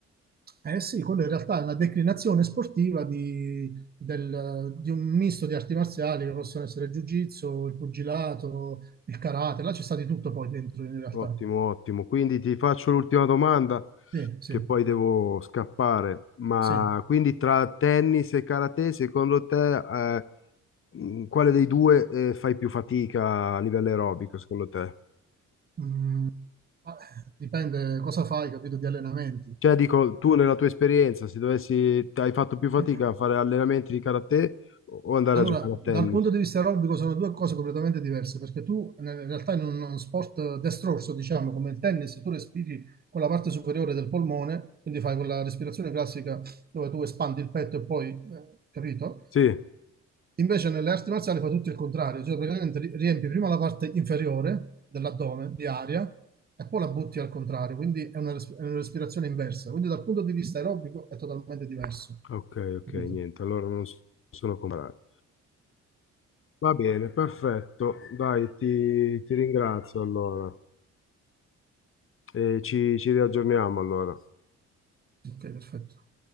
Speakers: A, on the right; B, on the left.
A: Eh sì, quello in realtà è una declinazione sportiva di, del- di un misto di arti marziali che possono essere il Jiu-Jitsu, il pugilato, il Karate, là c'è stato di tutto poi dentro in realtà.
B: ottimo, ottimo. Quindi ti faccio l'ultima domanda,
A: Sì, sì,
B: che poi devo scappare. Ma
A: sì.
B: quindi tra tennis e karate, secondo te, eh, mh, quale dei due, eh, fai più fatica a livello aerobico, secondo te?
A: Mm, ma, eh, dipende cosa fai, capito, di allenamenti.
B: Cioè, dico, tu nella tua esperienza, se dovessi, hai fatto più fatica
A: Eh,
B: a fare allenamenti di karate o andare
A: Allora,
B: a giocare a tennis?
A: dal punto di vista aerobico sono due cose completamente diverse, perché tu in realtà in uno sport destrorso, diciamo, come il tennis, tu respiri con la parte superiore del polmone, quindi fai quella respirazione classica dove tu espandi il petto e poi, eh, capito?
B: Sì,
A: Invece nelle arti marziali fa tutto il contrario, cioè praticamente ri- riempi prima la parte inferiore dell'addome di aria e poi la butti al contrario, quindi è una, res- è una respirazione inversa. Quindi dal punto di vista aerobico è totalmente diverso,
B: ok, ok,
A: capito?
B: niente, allora non s- sono comparati. Va bene, perfetto, dai, ti, ti ringrazio allora e ci, ci riaggiorniamo allora.
A: Ok, perfetto.